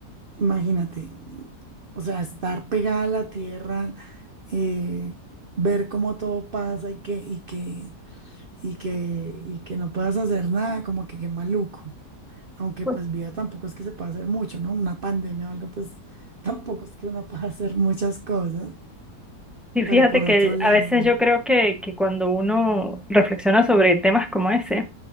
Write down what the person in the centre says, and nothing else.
Pues,
Sí, fíjate
que
a veces yo creo que, que cuando uno reflexiona sobre temas como ese,